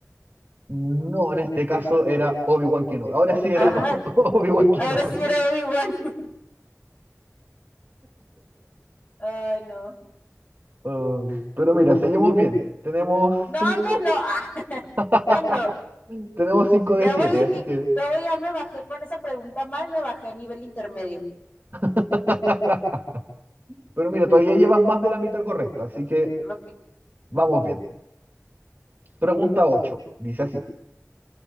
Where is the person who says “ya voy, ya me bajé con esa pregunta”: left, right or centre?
Left